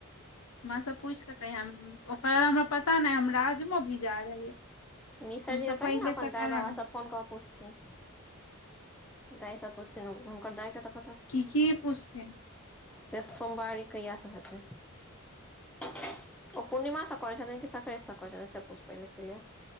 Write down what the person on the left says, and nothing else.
माँ सँ पूइछ क कहियै, ओकरा हमरा पता नहि हम राजमो भीजा देलियै।
तू सब
पहिले
से
करह
ने
की -की पूछथिन।